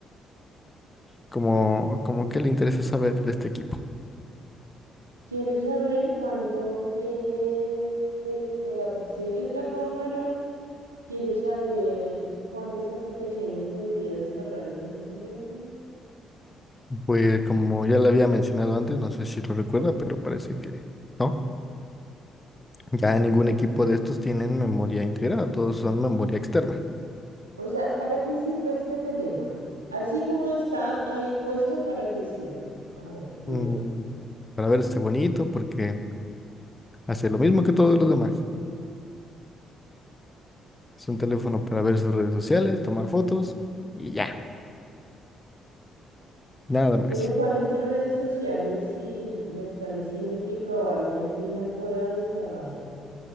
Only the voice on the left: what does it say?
Como, como que le interesa saber de este equipo.
Pues como ya le había mencionado antes, no sé si lo recuerda, pero parece que no. Ya ningún equipo de estos tienen memoria integrada, todos son memoria externa.
Mm, para verse bonito, porque hace lo mismo que todos los demás. Es un teléfono para ver sus redes sociales, tomar fotos y ya, nada más.